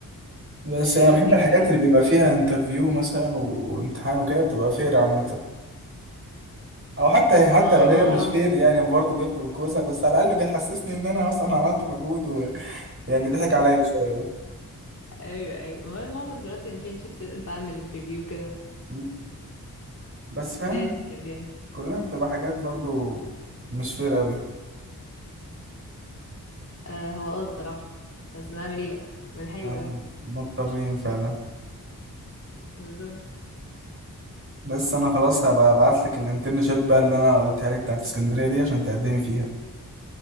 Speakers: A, on the right; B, on the left.
A: بس انا
B: هي دي
A: بحب
B: الفكرة
A: الحاجات
B: يعني
A: اللي بيبقى فيها انترفيو مثلا وامتحان وكده بتبقى فير عامه او حتى حتى
B: ما
A: لو هي
B: اه
A: مش فير
B: هم...
A: يعني برضه بياخدوا بالكوسه بس على الاقل بيحسسني ان انا مثلا عملت مجهود يعني ضحك عليا شوية
B: ايوه ايوه ما هو معظم دلوقتي الانترنشيبس انت عامل انترفيو كده
A: مم. بس فاهم
B: لازم يعني
A: كلها بتبقى حاجات برضو مش فير قوي
B: آه هو اه الصراحة بس نعمل ايه بقى بنحاول
A: آه،
B: اهو
A: مضطرين فعلا
B: بالظبط
A: بس انا خلاص هبقى ابعت لك الانترنشيب بقى اللي انا قلتها لك بتاعت اسكندرية دي عشان تقدمي فيها